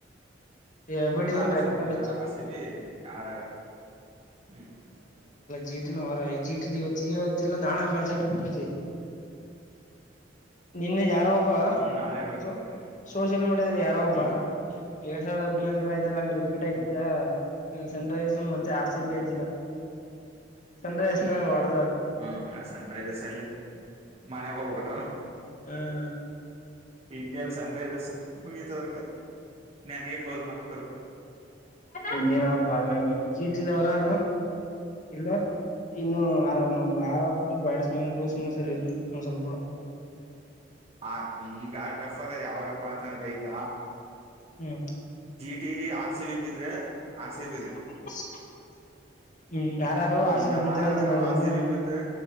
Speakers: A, on the left; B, on the right.
A: ಎ
B: ಪಕ್ಕ
A: ಬಿಡಿದ್ ಒಂದ್
B: ಆರ್
A: ರೆಕಾರ್ಡ್
B: ಸಿ ಬಿ,
A: ಇತ್ತು
B: ಆರ್ ಸಿ ಬಿ, ಆರ್ ಆರಾರೆ ಹ್ಮ್
A: ಜೀಟಿ ನು ಆರಾಯ್ ಜೀ ಟಿ ಇವತ್ ಇವತ್ತಲ್ಲ ನಾಳೆ ಮ್ಯಾಚ್ ನಿನ್ನೆ ಯಾರೋ
B: ಹ್ಮ್ ನಾಳೆ ಇರ್ಬೇಕು
A: ಸೊ
B: ಅನ್ಕೋತೀನಿ
A: ಸೋಷಿಯಲ್ ಮೀಡಿಯಾದಲ್ಲಿ ಯಾರೋ ಒಬ್ಬ
B: ಹ್ಮ್
A: <unintelligible> ಹಂಗ್ ರಿಪೀಟ್ ಆಯ್ತಾ
B: ಹ್ಮ್
A: ಸನ್ ರೈಸರ್ಸು ಮತ್ತೆ ಆರ್ ಸಿ ಬಿ ಅಂತಿದ, ಸನ್ ರೈಸರ್ಸನ ಹೊಡ್ದ
B: ಹ್ಮ್ ಆ ಸನ್ ರೈಸಸ್ ಎಲ್ಲಿ ಮನೆಗ್ ಹೋಗ್ಬಿಟ್ರಲ್ಲ
A: ಹ್ಮ್
B: ಹಿಂದಿಯಲ್ಲಿ ಸನ್ ರೈಸರ್ಸ್ ಮುಗೀತದ್ರ ಕತೆೆ <unintelligible> ಕ್ಲೋಸ್ ಮಾಡಾಕದ್ರು..
A: ಇನ್ನೇನ್ ಅವ್ರ ಬರ್ಲಾ <unintelligible> ಜಿಟಿ ಅವರ ಅಲ್ಲ ಇನ್ನು. ಇನ್ನು ಆರ್ ಆರನವರು ಸರಿಯಾಗಿಲ್ಲ ಬ್ಯಾಟ್ಸ್ಮನ್ ಗಳು ಸ್ವಲ್ಪ.
B: ಆ ಈಗ ಟಫ್ ಆಗದ ಯಾವಾಗಪ್ಪ ಅಂತಂದ್ರೆ ಈಗ
A: ಹ್ಮ.
B: ಜಿಟಿ ಆರ್ಸಿಬಿ ಬಿದ್ರೆ ಆರ್ ಸಿ ಬಿದೆ.
A: <unintelligible> ಹ್ಮ್ ಯರಾರು ಆರ್
B: ಇಲ್ಲ
A: ಸಿ ಬಿ ಗೆದ್ದರೆ ಅಂತನ
B: ಆರ್ ಆರ್
A: ನೀನು?
B: ಸಿ ಬಿ ಬಿದ್ರೆ